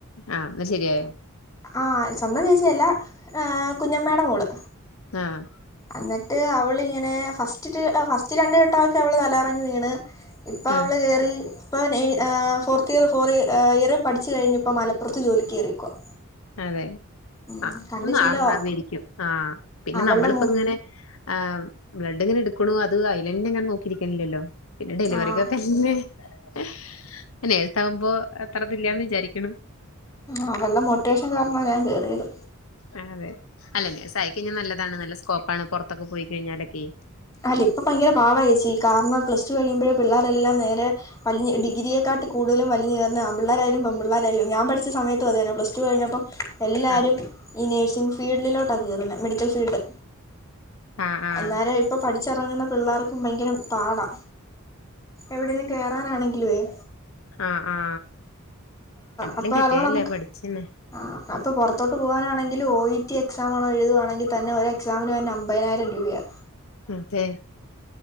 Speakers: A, on the left (about 70°); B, on the left (about 15°).
A: ആഹ് ന്ന ശരിയായോ?
B: ആഹ് സ്വന്തം ചേച്ചിയല്ല ഏ കുഞ്ഞമ്മേടെ മോള്
A: ആഹ്
B: എന്നിട്ട് അവളിങ്ങനെ ഫസ്റ്റ് ഫസ്റ്റ് രണ്ടു വട്ടൊഒക്കെ അവള് തലകറങ്ങി വീണ് ഇപ്പൊ
A: ആഹ്
B: അവള് ഏറി ഇപ്പൊ നെ ആഹ് ഫോർത്ത് ത്ത് ഫോറ് ഏഹ് ഏറെ പഠിച്ചു കഴിഞ്ഞപ്പോ മലപ്പൊറത്ത് ജോലിക്ക് കേറിയേക്കുവാ
A: അതെ
B: ഉം
A: ആ
B: കണ്ട്
A: അത് മാറണ്ടാന്നിരിക്കും
B: ശീലവാ
A: ആഹ് പിന്നെ
B: അവളുടെ
A: നമ്മളിപ്പ
B: മോ
A: ഇങ്ങനെ ആഹ് ബ്ലഡ്‌ ഇങ്ങനെ ഇട്ക്ക്ണു അത് അയിലെന്നേ ഇങ്ങനെ നോക്കിയിരിക്കണില്ലല്ലോ പിന്നെ ഡെലിവറിക്കൊക്കെ
B: ആഹ്
A: ല്ലേ പിന്നെ നേരത്ത ആവുമ്പോ അത്ര ഇതില്ലാന്ന് വിചാരിക്ക്ണ്
B: ആ അവളെ മോട്ടിവേഷൻ കാരണാ ഞാൻ കേറിയത്
A: ആ അതെ അല്ല നേഴ്സ് ആയി കഴിഞ്ഞാ നല്ലതാണ് നല്ല സ്കോപ്പാണ് പൊറത്തൊക്കെ പോയി കഴിഞ്ഞാലൊക്കേയ്
B: അല്ല ഇപ്പ ഭയങ്കര പാവാ ഏച്ചി കാർണം പ്ലസ് ടു കഴിയുമ്പഴേ പിള്ളേരെല്ലാം നേരെ വലിഞ്ഞ് ഡിഗ്രിയേക്കാട്ട് കൂടുതലും വലിഞുകേറുന്ന ആൺ പിള്ളാരായാലും പെൺ പിള്ളാരാലും ഞാൻ പഠിച്ച സമയത്തും അതെ ഞാൻ പ്ലസ്ടു കഴിഞ്ഞപ്പം എല്ലാരും
A: ആഹ്
B: ഈ നേഴ്സിംങ് ഫീൽഡിലോട്ടാ കേറുന്നെ മെഡിക്കൽ ഫീൽഡ്
A: ആഹ് ആഹ്
B: അന്നാരം ഇപ്പൊ പഠിച്ച റങ്ങുന്ന പിള്ളേർക്കും ഭയങ്കരം പാടാ എവിടെലും കേറാനാണെങ്കിലോയ്
A: ആ ആ എന്തായാലും
B: അപ്പൊ
A: കിട്ടിയല്ലേ
B: അതോ നമുക്ക്
A: പഠിച്ചന്നെ
B: ആ അപ്പോ പൊറത്തോട്ട് പോവാനാണെങ്കില് ഓ ഇ ട്ടി എക്സാം ആണോ എഴുതുവാണെങ്കി തന്നെ ഒരു എക്സാമിന് തന്നെ അമ്പതിനായിരം രൂപയാ
A: അതെ